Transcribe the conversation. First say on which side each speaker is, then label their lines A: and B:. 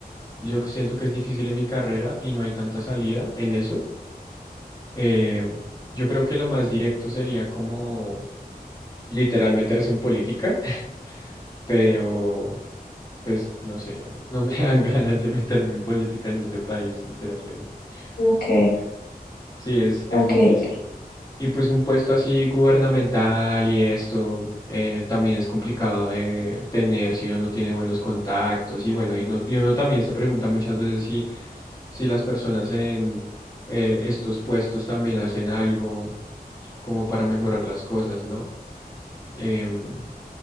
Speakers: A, on the left (about 20°); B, on the left (about 75°).
A: yo que siento que es difícil en mi carrera y no hay tanta salida en eso. Eh, yo creo que lo más directo sería como literal meterse en política, <laughs> pero pues no sé, no, no me dan <laughs> ganas de meterme en política en este país, sinceramente.
B: Ok,
A: Sí, sí, es, es
B: ok,
A: difícil.
B: ok,
A: Y pues un puesto así gubernamental y esto eh, también es complicado de tener si uno no tiene buenos contactos y bueno, y, no- y uno también se pregunta muchas veces si, si las personas en eh, estos puestos también hacen algo como para mejorar las cosas, ¿no? Em,